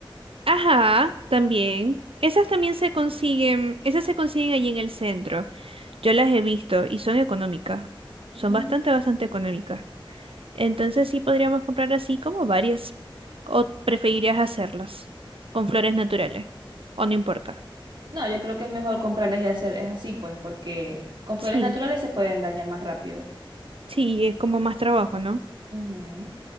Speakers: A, on the right (about 85°); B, on the right (about 55°).
A: Ajá, también. Esas también se consiguen, esas se consiguen allí en el centro. Yo las he visto y son económicas. Son
B: Mm.
A: bastante, bastante económicas. Entonces sí podríamos comprar así como varias. ¿O preferirías hacerlas con flores naturales? ¿O no importa?
B: No, yo creo que es mejor comprarles y hacer, es así pues, porque con flores
A: Sí,
B: naturales se pueden dañar más rápido.
A: sí, es como más trabajo, ¿no?
B: Ujú.